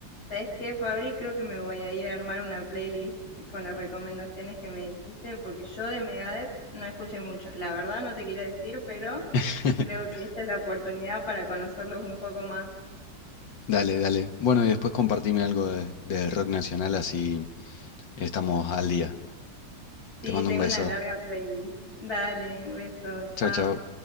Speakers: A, on the left (about 55°); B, on the left (about 80°).
A: ¿Sabes qué, Fabri? Creo que me voy a ir a armar una playlist con las recomendaciones que me dijiste, porque yo de Megadeth no escuché mucho. La verdad no te quería decir, pero
B: <laughs>
A: creo que esta es la oportunidad para conocerlos un poco más.
B: Dale, dale. Bueno, y después compartime algo de, del rock nacional, así estamos al día.
A: Sí,
B: Te mando
A: tengo
B: un beso.
A: una larga playlist. Dale, beso,
B: Chao,
A: chao.
B: chao.